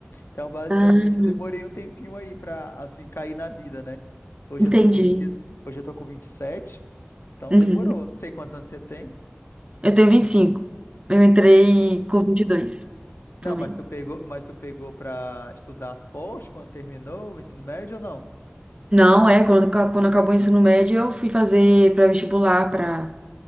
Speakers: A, on the left (about 75°); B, on the right (about 25°).
A: Então, basicamente,
B: Ah,
A: eu demorei um tempinho aí pra, assim, cair na vida, né? Hoje
B: entendi.
A: eu tô com 20 hoje eu tô com vinte e sete então
B: Uhum.
A: demorou. Não sei quantos anos você tem.
B: Eu tenho 25. Eu entrei com 22
A: Não,
B: também.
A: mas tu pegou, mas tu pegou pra estudar forte quando terminou o ensino médio ou não?
B: Não, é, quando, quando acabou o ensino médio, eu fui fazer pré-vestibular para